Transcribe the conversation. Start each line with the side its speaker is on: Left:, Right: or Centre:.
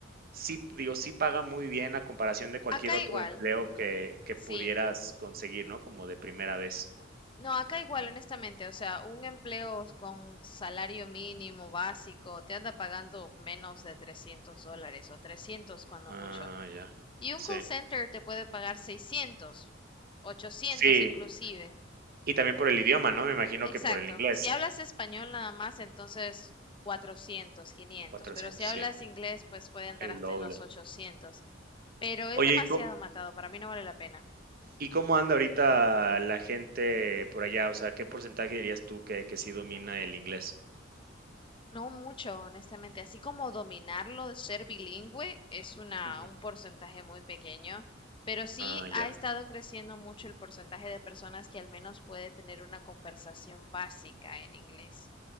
Right: sí, digo, sí paga muy bien a comparación de cualquier
Left: Acá
Right: otro
Left: igual,
Right: empleo que, que
Left: sí.
Right: pudieras conseguir, ¿no? Como de primera vez.
Left: No, acá igual, honestamente, o sea, un empleo con salario mínimo básico te anda pagando menos de 300 dólares o 300 cuando
Right: Ah,
Left: mucho.
Right: ya.
Left: Y un
Right: Sí.
Left: call center te puede pagar 600 ochocientos
Right: Sí,
Left: inclusive.
Right: y también por el idioma, ¿no? Me imagino
Left: Exacto.
Right: que por el inglés.
Left: Si hablas español nada más, entonces 400, 500.
Right: cuatrocientos,
Left: Pero si hablas
Right: sí,
Left: inglés, pues puede andar
Right: el
Left: hasta
Right: doble.
Left: en los 800. Pero es
Right: Oye,
Left: demasiado
Right: ¿y có
Left: matado. Para mí no vale la pena.
Right: y cómo anda ahorita la gente por allá? O sea, ¿qué porcentaje dirías tú que que sí domina el inglés?
Left: No mucho, honestamente. Así como dominarlo, ser bilingüe, es una,
Right: Ujú.
Left: un porcentaje muy pequeño. Pero sí
Right: Ah,
Left: ha
Right: ya,
Left: estado creciendo mucho el porcentaje de personas que al menos puede tener una conversación básica en inglés.